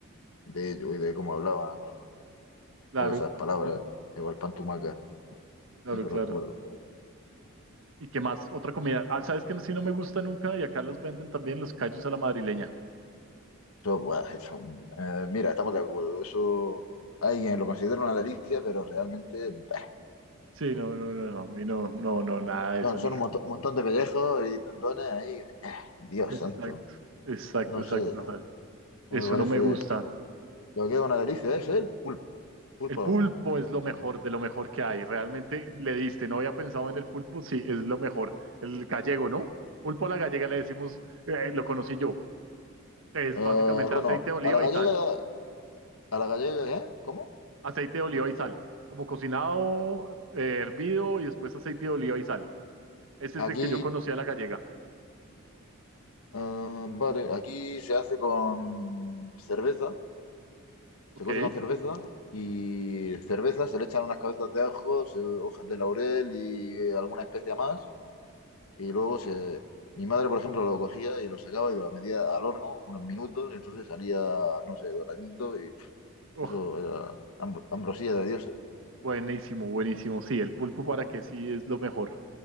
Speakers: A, on the left; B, on the right.
A: de ellos y de cómo hablaban o,
B: Claro,
A: o esas palabras. Igual pan tumacat,
B: claro,
A: eso
B: claro.
A: lo recuerdo.
B: ¿Y qué más? Otra comida. Ah, ¿sabes que sí no me gusta nunca? Y acá las venden también los callos a la madrileña.
A: Eso, buah, eso, eh, mira, estamos de acuerdo. Eso alguien lo considera una delicia, pero realmente bah,
B: Sí, no, no, no, no. A mí no, no, no, nada de
A: son,
B: eso, ni.
A: son un monto- un montón de pellejos y tendones ahí. Dios
B: Exacto,
A: santo,
B: exacto,
A: no
B: exacto.
A: sé,
B: o sea,
A: no
B: eso
A: me parece.
B: no me gusta.
A: Lo que es una delicia es el pulpo, pulpo
B: El pulpo
A: al horno.
B: es lo mejor de lo mejor que hay. Realmente le diste, no había pensado en el pulpo, sí, es lo mejor. El gallego, ¿no? Pulpo a la gallega le decimos, eh, lo conocí yo. Es
A: Eh,
B: básicamente
A: bueno,
B: aceite de oliva
A: a la gallega,
B: y sal.
A: a la gallega, ¿eh? ¿Cómo?
B: Aceite de oliva y sal. Como cocinado, eh, hervido y después aceite de oliva y sal. Ese es
A: Aquí,
B: el que yo conocí a la gallega.
A: eh, vale, aquí se hace con cerveza se
B: Ok.
A: cose con cerveza y cerveza, se le echan unas cabezas de ajo, se- hojas de laurel y eh, alguna especia más. Y luego se... Mi madre, por ejemplo, lo cogía y lo sacaba y lo metía al horno unos minutos y entonces salía, no sé, doradito y pf,
B: Oh,
A: eso era am- ambrosía de Dios.
B: buenísimo, buenísimo. Sí, el pulpo para que sí es lo mejor.